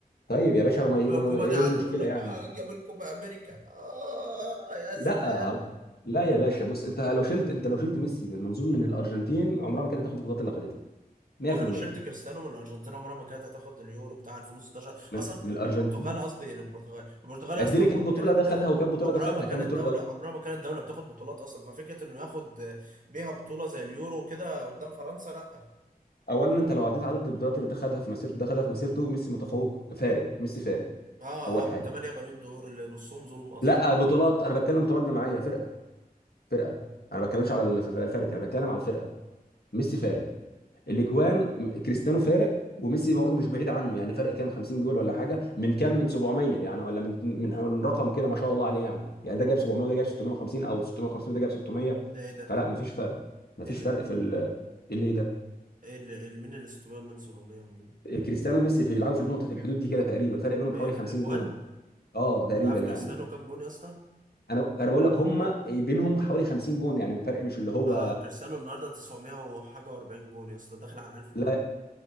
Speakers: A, on the left; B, on the right.
A: طيب يا باشا ما... ما-
B: هو الكوبا
A: ما- ايه
B: دي قاعد
A: المشكله
B: يقول لك
A: يعني
B: اه جاب الكوبا امريكا اه يا
A: لا
B: سلام
A: هو- لا يا باشا بص انت لو شلت انت لو شلت ميسي من منظور من الارجنتين عمرها ما كانت هتاخد البطولات اللي خدتها 100%
B: ولو شلت كريستيانو من الارجنتين عمرها ما كانت هتاخد اليورو بتاع 2016
A: من
B: اصلا
A: من الارجنتين
B: البرتغال قصدي يعني البرتغال البرتغال يا
A: قد
B: اسطى
A: لي كام بطوله
B: عمرها ما
A: ده
B: كانت
A: خدها وكام بطوله
B: عمرها
A: ده خدها
B: ما كانت
A: كام بطوله
B: دولة
A: ده
B: عمرها ما كانت دولة بتاخد بطولات اصلا ففكرة انه ياخد بيها بطولة زي اليورو كده قدام فرنسا لا
A: اولا انت لو عديت عدد البطولات اللي ده خدها في مسيرته ده خدها في مسيرته ميسي متفوق فارق ميسي فارق
B: اه
A: اول
B: اه بالثمانية
A: حاجه
B: بالون دور اللي نصهم ظلم اصلا
A: لا بطولات انا بتكلم بطولات جماعيه فرقه فرقه انا ما بتكلمش على الف- الفرد يعني بتكلم على الفرقه ميسي فارق الاجوان م- كريستيانو فارق وميسي برضه مش بعيد عنه يعني فرق كام 50 جول ولا حاجه من كام من 700 يعني ولا من من من رقم كده ما شاء الله عليه يعني يعني ده جايب 700 وده جايب 650 او 650 وده جايب 600
B: ده ايه ده
A: فلا مفيش فرق مفيش
B: ايه ده
A: فرق في ال إيه اللي إيه ده
B: ايه اللي مين اللي 600 من 700 ومن
A: كريستيانو وميسي في بيلعبوا في النقطه في الحدود دي كده تقريبا فرق بينهم حوالي
B: إيه في
A: 50
B: الاجوان
A: جون اه تقريبا
B: عارف
A: يعني
B: كريستيانو كام جون يا اسطى
A: انا انا بقول لك هم بينهم حوالي 50 جون يعني الفرق مش اللي هو
B: اه كريستيانو النهارده 900 وحاجه و40 جون يا اسطى داخل على 1000
A: لا
B: جون